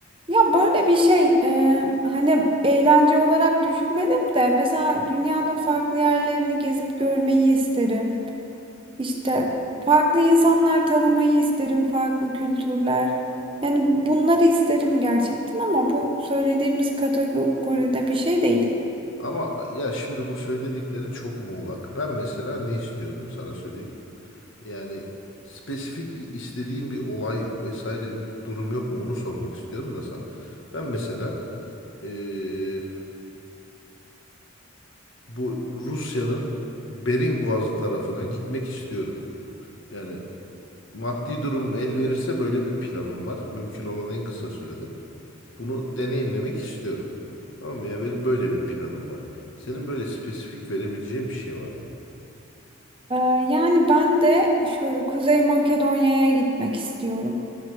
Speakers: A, on the right; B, on the left.
A: Ya böyle bir şey e, hani eğlence olarak düşünmedim de mesela dünyanın farklı yerlerini gezip görmeyi isterim. İşte farklı insanlar tanımayı isterim, farklı kültürler. Yani bunları isterim gerçekten ama bu söylediğimiz kategoride bir şey değil.
B: Ama ya şimdi bu söylediklerin çok muğlak. Ben mesela ne istiyorum sana söyleyeyim. Yani spesifik bir istediğim bir olay vesaire durum yok mu onu sormak istiyorum da sana. Ben mesela eee, bu Rusya'nın Bering Boğazı tarafına gitmek istiyorum. Yani maddi durum el verirse böyle bir planım var. Mümkün olan en kısa sürede. Bunu deneyimlemek istiyorum. Tamam mı? Ya benim böyle bir planım var. Senin böyle spesifik verebileceğin bir şey var mı?
A: Ee, yani ben de şöyle Kuzey Makedonya'ya gitmek istiyorum.